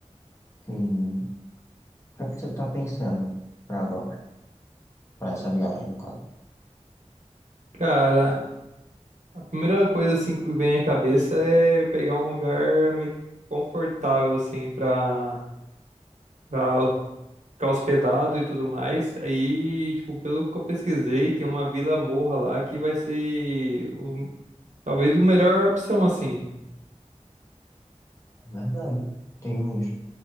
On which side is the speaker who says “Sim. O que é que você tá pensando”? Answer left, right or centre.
Left